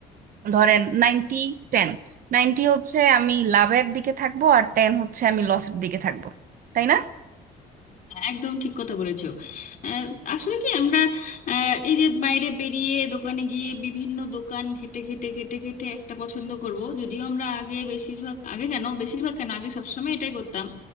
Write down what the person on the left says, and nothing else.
একদম ঠিক কথা বলেছো আহ, আসলে কি আমরা আহ, এই যে বাইরে বেরিয়ে দোকানে গিয়ে বিভিন্ন দোকান খেটে খেটে খেটে খেটে একটা পছন্দ করব যদিও আমরা আগে বেশিরভাগ আগে কেন বেশিরভাগ কেন আগে সবসময় এটাই করতাম